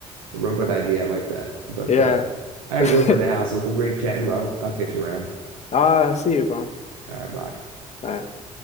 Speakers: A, on the right; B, on the left.
A: The robot idea, I like that. But
B: Yeah.
A: uh, I gotta
B: <laughs>
A: go for now. So it's been great chatting. But I'll, I'll catch you around.
B: Ah, I see you, bro. All
A: All right, bye.
B: right.